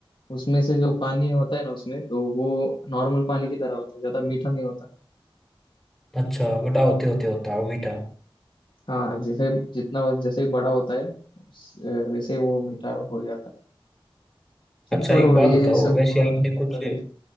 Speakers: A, on the left; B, in the centre.
A: उसमें से जो पानी होता है ना उसमें तो वो नॉर्मल पानी की तरह होता है ज्यादा मीठा नहीं होता
B: अच्छा बड़ा होते होते होता है वो मीठा
A: हाँ जैसे जितना जैसे ही बड़ा होता है उस, अ, वैसे वो मीठा हो जाता है चल
B: अच्छा
A: छोड़ो
B: एक बात
A: ये
B: बताओ
A: सब
B: वैसे
A: अ,
B: आपने कुछ
A: होता रहता है